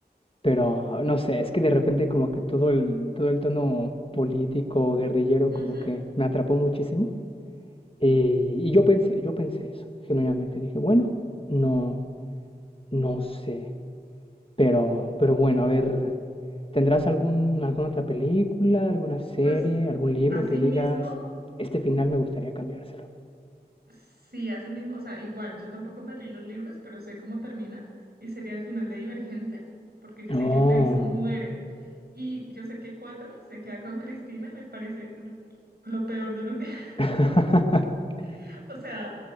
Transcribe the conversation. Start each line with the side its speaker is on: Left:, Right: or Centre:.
Left: pero no sé, es que de repente como que todo el, todo el tono político, guerrillero,
Right: Ujú.
Left: como que me atrapó muchísimo. Eh, y yo pensé, yo pensé eso, genuinamente dije, bueno, no, no sé, pero, pero bueno, a ver, ¿tendrás algún, alguna otra película, alguna serie,
Right: Pues
Left: algún libro
Right: así
Left: que digas,
Right: mismo
Left: este final me gustaría cambiárselo?
Right: Sí, así mismo, o sea, igual, yo tampoco me leí los libros, pero sé cómo termina y sería el final de Divergente, porque yo
Left: Oh.
Right: sé que Tess muere y yo sé que Cuatro se queda con Cristina, me parece l- lo peor del universo,
Left: <laughs>
Right: <laughs> o sea,